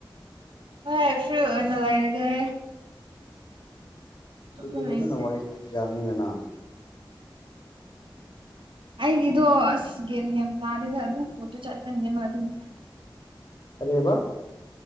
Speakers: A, on the right; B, on the left.
A: ꯍꯣꯏ ꯐ꯭ꯔꯤ ꯑꯣꯏꯅ ꯂꯩꯔꯒꯦ ꯑꯇꯣꯞꯄ
B: ꯑꯗꯨꯗꯤ
A: ꯂꯩꯇꯦ
B: ꯐꯖꯅ ꯋꯥꯔꯤ ꯁꯥꯕ ꯌꯥꯔꯅꯤꯅꯅ
A: ꯑꯩꯒꯤꯗꯣ ꯑꯁ ꯌꯦꯒꯦꯟ ꯌꯥꯝ ꯇꯥꯗꯦꯗ ꯑꯗꯨꯝ ꯄꯣꯠꯇꯣ ꯆꯠꯀꯅꯦꯕ ꯑꯗꯨꯝ
B: ꯀꯔꯤꯕ